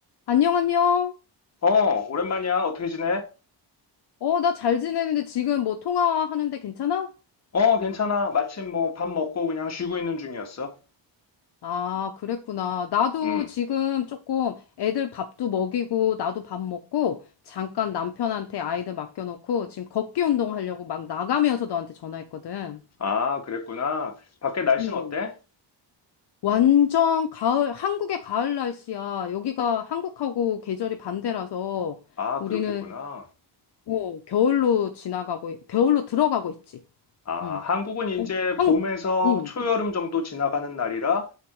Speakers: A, on the left; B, on the left.
A: 안녕, 안녕.
B: 어, 오랜만이야. 어떻게 지내?
A: 어, 나 잘 지내는데 지금 뭐 통화하는데 괜찮아?
B: 어, 괜찮아. 마침 뭐 밥 먹고 그냥 쉬고 있는 중이었어.
A: 아, 그랬구나. 나도
B: 음.
A: 지금 조금 애들 밥도 먹이고, 나도 밥 먹고, 잠깐 남편한테 아이들 맡겨놓고, 지금 걷기 운동 하려고 막 나가면서 너한테 전화했거든.
B: 아, 그랬구나. 밖에 날씨는
A: 응,
B: 어때?
A: 완전 가을, 한국의 가을 날씨야. 여기가 한국하고 계절이 반대라서
B: 아,
A: 우리는
B: 그렇겠구나.
A: 어, 겨울로 지나가고, 겨울로 들어가고 있지.
B: 아,
A: 응.
B: 한국은 이제
A: 어, 한,
B: 봄에서
A: 응.
B: 초여름 정도 지나가는 날이라